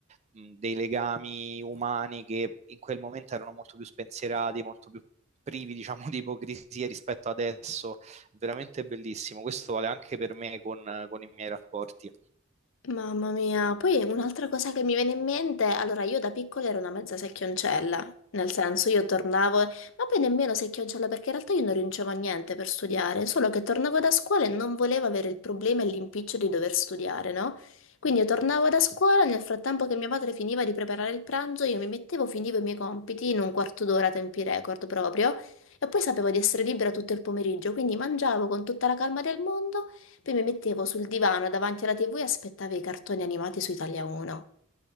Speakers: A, on the right (about 30°); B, on the left (about 70°).
A: mh, dei legami umani che in quel momento erano molto più spensierati, molto più privi, diciamo, di ipocrisia rispetto adesso. È veramente bellissimo. Questo vale anche per me con con i miei rapporti.
B: Mamma mia, poi un'altra cosa che mi viene in mente, allora io da piccola ero una mezza secchioncella, nel senso io tornavo, ma poi nemmeno secchioncella perché in realtà io non rincevo a niente per studiare, solo che tornavo da scuola e non volevo avere il problema e l'impiccio di dover studiare, no? Quindi io tornavo da scuola, nel frattempo che mia madre finiva di preparare il pranzo, io mi mettevo, finivo i miei compiti in un quarto d'ora, tempi record proprio, e poi sapevo di essere libera tutto il pomeriggio, quindi mangiavo con tutta la calma del mondo. Poi mi mettevo sul divano davanti alla TV e aspettavo i cartoni animati su Italia 1.